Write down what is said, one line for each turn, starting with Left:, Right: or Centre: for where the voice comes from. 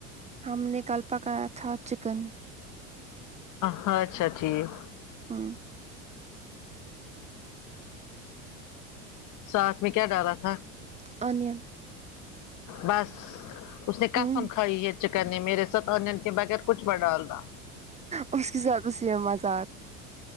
Right: ہم نے کل پکایا تھا چکن
Left: ہاں اچھا ٹھیک
Right: ہمم
Left: ساتھ میں کیا ڈالا تھا
Right: انین
Left: بس اس نے قسم
Right: ہوں
Left: کھائی ہے چکن نے میرے ساتھ این کے بغیر کچھ مت ڈالنا
Right: اس کے ساتھ اس یہ مزہ آتا